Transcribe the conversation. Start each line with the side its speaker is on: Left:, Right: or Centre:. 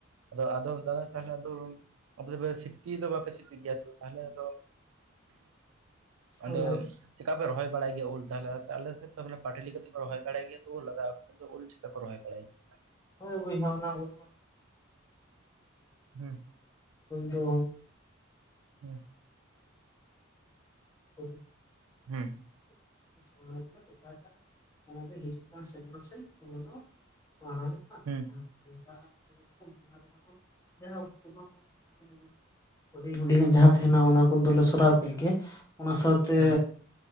Right: ᱟᱫᱚ ᱟᱫᱚ ᱫᱟᱫᱟ ᱛᱟᱞᱦᱮ ᱟᱫᱚ ᱟᱯᱮ ᱫᱚ ᱯᱮ ᱥᱤᱯᱤ ᱫᱚ ᱵᱟᱯᱮ ᱥᱤᱯᱤ ᱜᱮᱭᱟ ᱛᱚ ᱛᱟᱦᱚᱞᱮ ᱟᱫᱚ
Left: <inaudible> ᱦᱳᱭ
Right: ᱟᱫᱚ
Left: ᱟᱨ
Right: ᱪᱮᱠᱟᱯᱮ ᱨᱚᱦᱚᱭ ᱵᱟᱲᱟᱭ ᱜᱮᱭᱟ ᱩᱞ ᱛᱟᱦᱚᱞᱮ? ᱟᱞᱮ ᱥᱮᱫ ᱛᱚ ᱯᱟᱴᱞᱤ ᱞᱮᱠᱟ ᱠᱟᱛᱮ ᱠᱚ ᱨᱚᱦ ᱯᱟᱲᱟ ᱜᱮᱭᱟ ᱛᱚ ᱞᱟᱜᱟ ᱪᱤᱠᱟ ᱠᱚ ᱨᱚᱦᱚᱭ ᱵᱟᱲᱟᱭ ᱜᱮᱭᱟ?
Left: ᱦᱳᱭ ᱵᱚᱭᱦᱟ ᱚᱱᱟ ᱩᱞ
Right: ᱦᱩᱸ
Left: ᱦᱚ <unintelligible>
Right: ᱦᱩᱸ
Left: <unintelligible>
Right: ᱦᱮᱸ
Left: <unintelligible> <unintelligible>
Right: ᱦᱮᱸ᱾
Left: <unintelligible> ᱦᱩᱰᱤᱧ ᱦᱩᱰᱤᱧ-ᱟᱜ ᱡᱟᱦᱟᱸ ᱛᱟᱦᱮᱱᱟ ᱚᱱᱟ ᱠᱚᱫᱚ ᱞᱮ ᱥᱚᱨᱟᱣ ᱠᱮᱫ ᱜᱮ ᱚᱱᱟ ᱥᱟᱶᱛᱮ ᱛᱮ
Right: ᱦᱮᱸ